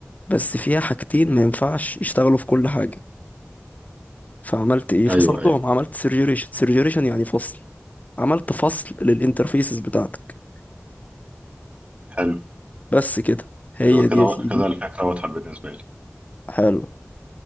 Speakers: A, on the left; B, on the right.
A: بس فيها حاجتين ما ينفعش يشتغلوا في كل حاجة فعملت ايه فصلتهم
B: ايوه ايوه
A: عملت سيرجريشن سيرجريشن يعني فصل عملت فصل للانترفيسز بتاعتك
B: حلو
A: بس كده هي
B: ايوه كده
A: دي يا سيدي
B: كده الفكره واضحه بالنسبه لي
A: حلو